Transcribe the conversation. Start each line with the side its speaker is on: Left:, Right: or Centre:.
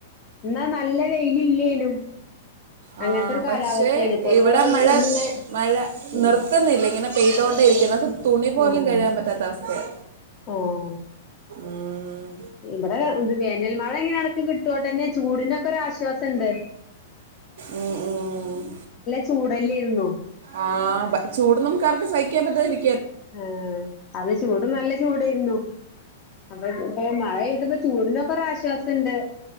Left: ന്നാ നല്ല വെയിലില്ലേനും
Right: ആ
Left: അങ്ങനത്തെ ഒരു കാലാവസ്ഥയാണ്
Right: പക്ഷെ
Left: ഇപ്പൊ
Right: ഇവ്ടെ
Left: ഇപ്പൊ
Right: മഴ
Left: ഒന്നിങ്ങനെ
Right: മഴ
Left: ഉം
Right: നിർത്ത്ന്നില്ല ഇങ്ങനെ പെയ്തോണ്ടേ ഇരിക്ക് അത് തുണി പോലും
Left: ഉം
Right: കഴ്കാൻ പറ്റാത്ത അവസ്ഥയാ
Left: ആഹ്
Right: ഊം
Left: ഇവിടെ ത് വേനൽമഴങ്ങനെ എടക്ക് കിട്ടാേണ്ടന്നെ ചൂടിനൊക്കെ ഒരാശ്വാസണ്ട്
Right: ഉം ഉം
Left: ചൂടല്ലേരുന്നോ
Right: ആ ചൂട് നമുക്കാർക്കും സഹിക്കാൻ പറ്റാതിരി
Left: ആ അത് ചൂട് നല്ല ചൂടേയ്ര്ന്നു അപ്പൊ ഇപ്പൊ മഴെയ്തപ്പോ ചൂട്നൊക്കെ പ്പ ആശ്വാസണ്ട്